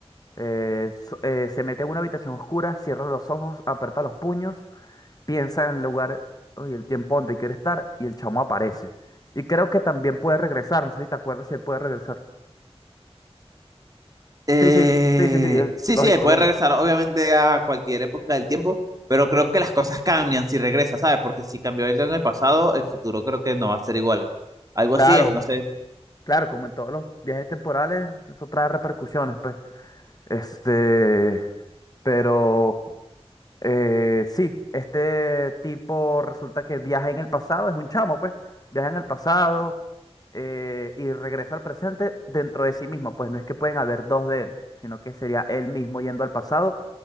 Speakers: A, on the left; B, on the right.
A: Eh, so- eh, se mete en una habitación oscura, cierra los ojos, aprieta los puños, piensa en el lugar y el tiempo donde quiere estar y el chamo aparece. Y creo que también puede regresar. No sé si te acuerdas si él puede regresar.
B: Eh,
A: Sí, sí, sí, sí, sí, él-
B: sí,
A: lógico,
B: sí, puede
A: lógico.
B: regresar obviamente a cualquier época del tiempo, pero creo que las cosas cambian si regresa, ¿sabes? Porque si cambió él en el pasado, el futuro creo que no va a ser igual. Algo
A: Claro,
B: así es, no sé.
A: claro, como en todos los viajes temporales, eso trae repercusiones, pues. Este, pero eh, sí, este tipo resulta que viaja en el pasado, es un chamo, pues, viaja en el pasado eh, y regresa al presente dentro de sí mismo, pues no es que pueden haber dos de él, sino que sería él mismo yendo al pasado,